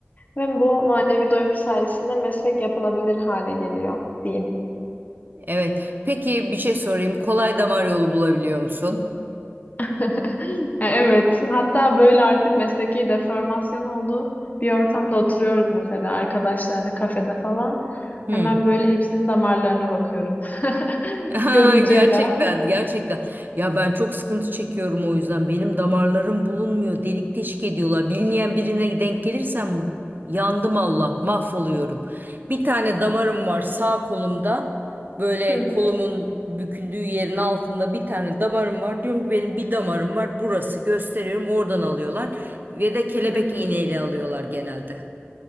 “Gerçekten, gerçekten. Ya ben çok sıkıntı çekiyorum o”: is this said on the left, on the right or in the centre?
Right